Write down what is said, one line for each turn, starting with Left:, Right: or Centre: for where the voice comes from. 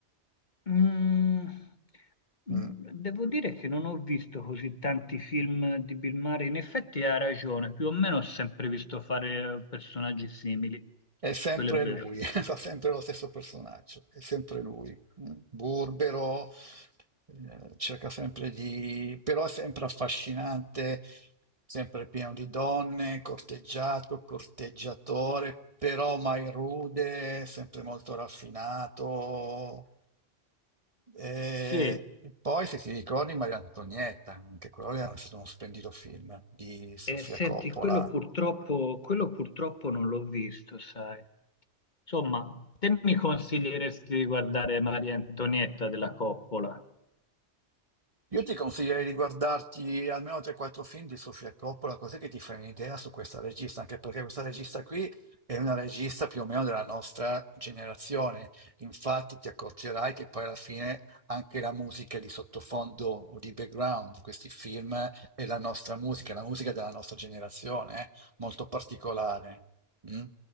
Left: mm,
Right: Mm.
Left: mm, devo dire che non ho visto così tanti film di Bill Murray, in effetti ha ragione, più o meno ho sempre visto fare eh, personaggi simili,
Right: È sempre
Left: quello è vero.
Right: lui, <laughs> fa sempre lo stesso personaggio, è sempre lui, mm. burbero, eh, cerca sempre di... però è sempre affascinante, sempre pieno di donne, corteggiato, corteggiatore, però mai rude, sempre molto raffinato. E
Left: Sì,
Right: e poi, se ti ricordi, Maria Antonietta, anche quello era stato uno splendido film di Sofia
Left: eh, senti,
Right: Coppola.
Left: quello purtroppo, quello purtroppo non l'ho visto, sai. Insomma, te mi consiglieresti di guardare Maria Antonietta della Coppola?
Right: Io ti consiglierei di guardarti almeno 3-4 film di Sofia Coppola, così che ti fai un'idea su questa regista, anche perché questa regista qui è una regista più o meno della nostra generazione. Infatti ti accorgerai che poi alla fine anche la musica di sottofondo o di background di questi film è la nostra musica, la musica della nostra generazione, eh, molto particolare. mm?